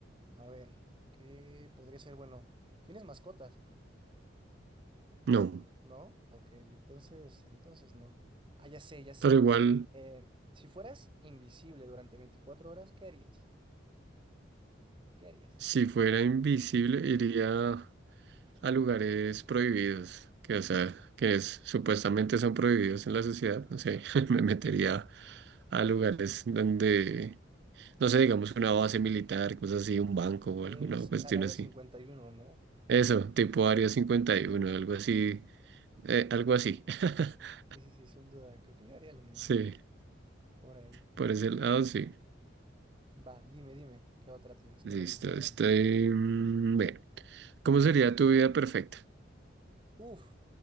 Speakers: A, on the right; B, on the right.
A: a ver, ¿qué podría ser? Bueno, ¿tienes mascotas?
B: No.
A: ¿No? Ok, entonces, entonces no. Ah, ya sé, ya sé.
B: Pero igual,
A: Eh, si fueras invisible durante 24 horas, ¿qué harías? ¿Qué harías?
B: si fuera invisible, iría a lugares prohibidos, que o sea, que es- supuestamente son prohibidos en la sociedad, no sé, <laughs> me metería a lugares donde, no sé, digamos una base militar, cosas así, un banco o
A: Ok,
B: alguna
A: sí,
B: cuestión
A: al área
B: así.
A: 51, ¿no?
B: Eso, tipo Área 51, algo así, eh, algo así. <laughs>
A: Sí, sí, sí, sin duda. Creo que yo haría lo mismo
B: Sí,
A: por ahí.
B: por ese lado sí.
A: Va, dime, dime, ¿qué otra tienes?
B: Listo,
A: ¿Qué otra tienes para
B: estoy...
A: mí?
B: mm, Bien. ¿Cómo sería tu vida perfecta?
A: Uf,